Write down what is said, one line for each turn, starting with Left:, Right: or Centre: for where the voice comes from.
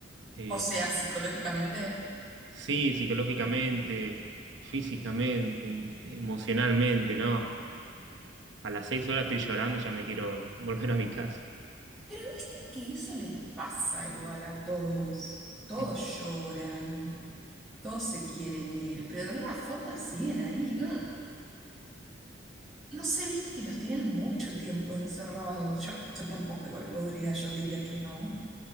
Right: Eh,
Centre: o sea, psicológicamente.
Right: sí, psicológicamente, físicamente, emocionalmente, ¿no? A las seis horas estoy llorando y ya me quiero volver a mi casa.
Centre: Pero viste que eso les pasa igual a todos. Todos
Right: Mm,
Centre: lloran, todos se quieren ir, pero de alguna forma siguen ahí. No, no, no sé, viste que los tienen mucho tiempo encerrados. Yo, yo tampoco igual podría, yo diría que no.